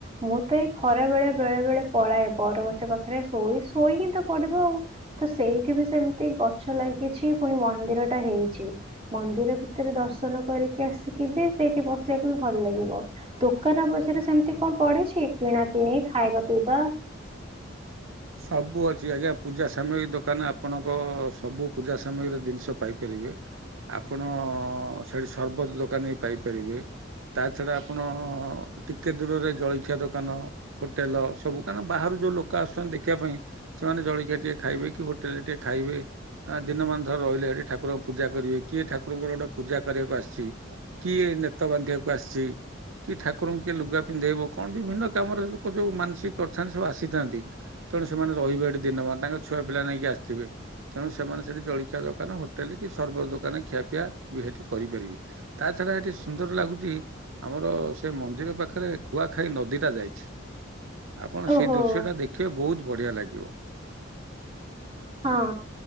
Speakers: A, on the right; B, on the right.
A: ମୁଁ ତ ଏଇ ଖରା ବେଳେ ବେଳେ ବେଳେ ପଳାଏ ବରଗଛ ପାଖରେ ଶୋଇ। ଶୋଇକି ତ ପଡିବ ଆଉ ତ ସେଇଠି ବି ସେମିତି ଗଛ ଲାଗିଛି ପୁଣି ମନ୍ଦିର ଟା ହେଇଛି ମନ୍ଦିର ଭିତରେ ଦର୍ଶନ କରିକି ଆସିକି ବି ସେଇଠି ବସିବାକୁ ବି ଭଲ ଲାଗିବ ଦୋକାନ ବଜରେ ସେମିତି କଣ ପଡିଛି କିଣା କିିଣି ଖାଇବା ପିଇବା।
B: ସବୁ ଅଛି ଆଜ୍ଞା ପୂଜା ସାମୟଗ୍ରୀ ଦୋକାନ ଆପଣଙ୍କ ସବୁ ପୂଜା ସାମଗ୍ରୀର ଜିନିଷ ପାଇପାରିବେ ଆପଣ ସେଠି ସରବତ ଦୋକାନ ପାଇପାରିବେ ତା ଛଡା ଆପଣ ଟିକେ ଦୂରରେ ଜଳଖିଆ ଦୋକାନ ହୋଟେଲ ସବୁ କାହିଁକନା ବାହାରୁ ଯୋଉ ଲୋକ ଆସିଛନ୍ତି। ଶିଖିବା ପାଇଁ ସେମାନେ ଜଳଖିଆ ଟିକେ ଖାଇବେ କି ହୋଟେଲରେ ଟିକେ ଖାଇବେ ଦିନମାନ ଥର ରହିଲେ ହେଠି ଠାକୁରଙ୍କୁ ପୂଜା କରିବେ କିଏ ଠାକୁରଙ୍କର ଗୋଟେ ପୂଜା କରିବାକୁ ଆସିଛି କିଏ ନେତ ବାନ୍ଧିବାକୁ ଆସିଛି କିଏ ଠାକୁରଙ୍କୁ କିଏ ଲୁଗା ପିନ୍ଧେଇବ କଣ ବିଭିନ୍ନ କାମରେ ଲୋକ ଯୋଉ ମାନସିକ କରିଥାନ୍ତି ସବୁ ଆସିଥାନ୍ତି। ତେଣୁ ସେମାନେ ରହିବେ ଏଠି ଦିନମାନ। ତାଙ୍କ ଛୁଆ ପିଲା ନେଇକି ଆସିଥିବେ ତେଣୁ ସେମାନେ ସେଠି ଜଳଖିଆ ଦୋକାନ ହୋଟେଲ କି ସରବ ଦୋକାନ ଖିଆପିଆ ବି ସେଠି କରିପାରିବେ ତା ଛଡା ସେଠି ସୁନ୍ଦର ଲାଗୁଛି ଆମର ସେ ମନ୍ଦିର ପାଖରେ କୁଆଖାଇ ନଦୀଟା ଯାଇଛି। ଆପଣ ସେଇ
A: ଓହୋ।
B: ଦୃଶ୍ୟ ଟା ଦେଖି ବହୁତ ବଢିଆ ଲାଗିବ।
A: ହଁ